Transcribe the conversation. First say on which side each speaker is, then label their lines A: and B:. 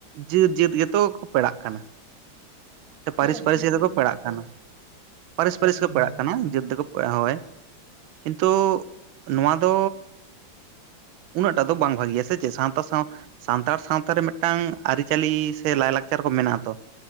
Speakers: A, on the right; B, on the right.
A: ᱡᱟᱹᱛᱼᱡᱟᱹᱛ ᱜᱮᱛᱚ ᱯᱮᱲᱟᱜ ᱠᱟᱱᱟ᱾ ᱥᱮ ᱯᱟᱹᱨᱤᱥ
B: ᱦᱮᱸ
A: ᱯᱟᱹᱨᱤᱥ
B: ᱡᱟᱹᱛ
A: ᱜᱮᱛᱚ
B: ᱡᱟᱹᱛ
A: ᱠᱚ ᱯᱮᱲᱟᱜ
B: ᱜᱮᱠᱚ
A: ᱠᱟᱱᱟ ᱯᱟᱹᱨᱤᱥ ᱯᱟᱹᱨᱤᱥ
B: ᱠᱟᱱ
A: ᱠᱚ ᱯᱮᱲᱟᱜ
B: ᱜᱮᱭᱟ
A: ᱠᱟᱱᱟ
B: ᱦᱮᱸ
A: ᱡᱟᱹᱛ ᱫᱚ ᱦᱳᱭ ᱠᱤᱱᱛᱩ ᱱᱚᱣᱟ ᱫᱚ ᱩᱱᱟᱹᱜ ᱴᱟᱜ ᱫᱚ ᱵᱟᱝ ᱵᱷᱟᱹᱜᱤᱭᱟ ᱥᱮ ᱪᱮᱫ ᱥᱟᱶᱛᱟ ᱥᱟᱶ ᱥᱟᱱᱛᱟᱲ ᱥᱟᱶᱛᱟ ᱨᱮ ᱢᱤᱫᱴᱟᱝ ᱟᱹᱨᱤᱪᱟᱹᱞᱤ ᱥᱮ ᱞᱟᱭᱞᱟᱠᱪᱟᱨ ᱠᱚ ᱢᱮᱱᱟᱜ ᱟᱛᱚ,